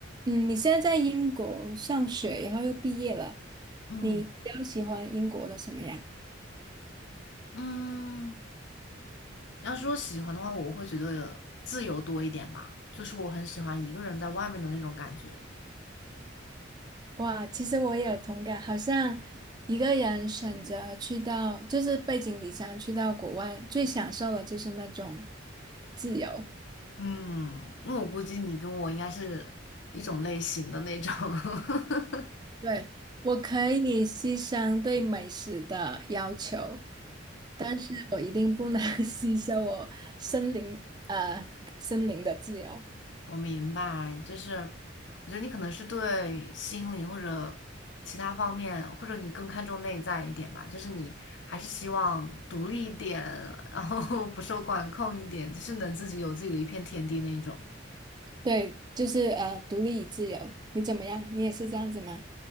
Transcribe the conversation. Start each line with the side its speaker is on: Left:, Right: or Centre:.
Right: 嗯，你现在在英国上学，然后又毕业了，
Left: 嗯
Right: 你比较喜欢英国的什么呀？
Left: 嗯，要是我喜欢的话，我会觉得自由多一点吧，就是我很喜欢一个人在外面的那种感觉。
Right: 哇，其实我也有同感，好像一个人选择去到，就是背井离乡去到国外，最享受的就是那种自由。
Left: 嗯，那我估计你跟我应该是一种类型的那种。<laughs>
Right: 对，我可以牺牲对美食的要求，但是我一定不能 <laughs> 牺牲我森林，呃，森林的自由。
Left: 我明白，就是我觉得你可能是对心理或者其他方面，或者你更看重内在一点吧，就是你还是希望独立一点，然后 <laughs> 不受管控一点，就是能自己有自己的一片天地那种。
Right: 对，就是呃，独立与自由，你怎么样？你也是这样子吗？